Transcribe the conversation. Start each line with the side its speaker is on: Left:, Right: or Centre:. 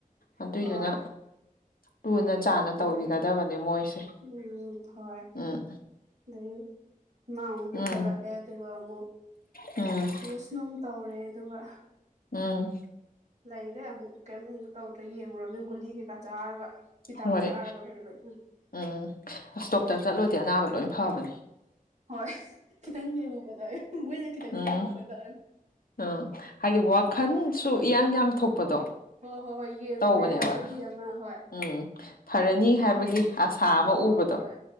Left: ꯑꯗꯨꯏꯗꯨꯅ
Right: ꯍꯣꯏ
Left: ꯂꯨꯅ ꯆꯥꯟꯅ
Right: ꯑꯗꯩ
Left: ꯇꯧꯕꯤꯒꯗꯕꯅꯦ ꯃꯣꯏꯁꯦ
Right: ꯎꯝ ꯍꯣꯏ
Left: ꯎꯝ
Right: ꯑꯗꯩ ꯃꯥ ꯑꯃꯨꯛ ꯄꯨꯈꯠꯂꯛꯑꯦ
Left: ꯎꯝ
Right: ꯑꯗꯨꯒ ꯑꯃꯨꯛ
Left: ꯎꯝ
Right: ꯇꯦꯁ ꯅꯨꯡ ꯇꯧꯔꯦ ꯑꯗꯨꯒ
Left: ꯎꯝ
Right: ꯂꯩꯔꯦ ꯑꯃꯨꯛ ꯀꯩꯝ ꯑꯃꯨꯛ ꯇꯧꯗ꯭ꯔꯦ ꯌꯦꯡꯉꯨꯔꯕꯅꯤꯅ ꯒꯨꯂꯤ ꯀꯩꯀꯥ ꯆꯥꯔꯒ ꯍꯤꯗꯥꯛ
Left: ꯍꯣꯏ
Right: ꯆꯥꯔ ꯂꯩꯕ ꯑꯩꯅ ꯑꯃꯨꯛ
Left: ꯎꯝ ꯑꯁ ꯗꯣꯛꯇꯔ ꯆꯠꯂꯨꯔꯗꯤ ꯑꯅꯥꯕ ꯂꯣꯏꯅ ꯐꯕꯅꯤ
Right: ꯍꯣꯏ ꯈꯤꯇꯪ ꯌꯦꯡꯉꯨꯕꯗ ꯃꯣꯏꯅ ꯈꯤꯇꯪ
Left: ꯎꯝ
Right: ꯊꯦꯡꯉꯛꯄꯗ
Left: ꯎꯝ ꯍꯥꯏꯗꯤ ꯋꯥꯈꯟꯁꯨ ꯏꯌꯥꯡ ꯌꯥꯡ ꯊꯣꯛꯄꯗꯣ
Right: ꯍꯣꯏ ꯍꯣꯏ ꯍꯣꯏ ꯍꯣꯏ ꯌꯦꯡꯉꯨꯔꯦ
Left: ꯇꯧꯕꯅꯦꯕ
Right: ꯍꯥꯏꯕꯒꯤ ꯑꯃ ꯍꯣꯏ
Left: ꯎꯝ ꯐꯔꯅꯤ
Right: ꯑꯗꯩ
Left: ꯍꯥꯏꯕꯒꯤ ꯑꯁꯥ ꯑꯃ
Right: ꯍꯣꯏ ꯍꯣꯏ
Left: ꯎꯕꯗꯣ
Right: ꯍꯣꯏ